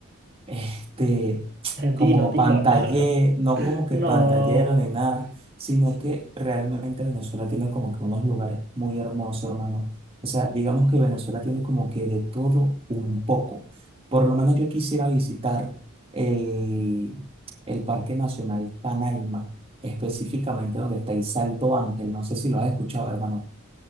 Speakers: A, on the right; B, on the right.
A: este, como
B: Dilo, dilo.
A: pantallero,
B: <laughs>
A: no como que
B: No.
A: pantallero ni nada, sino
B: Sí.
A: que realmente Venezuela tiene como que unos lugares muy hermosos, hermano. O sea, digamos que Venezuela tiene como que de todo un poco. Por lo menos yo quisiera visitar el, el Parque Nacional Canaima, específicamente donde está el Salto Ángel. No sé si lo has escuchado, hermano.